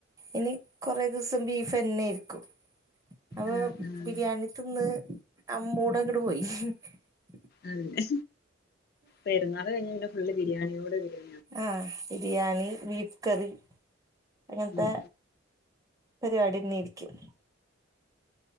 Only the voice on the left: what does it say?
ആഹ് ആഹ്
അങ്ങനെ പെരുന്നാള് കഴിഞ്ഞ് പിന്നെ ഞങ്ങള് ബിരിയാണിയോടെ ബിരിയാ
ഉം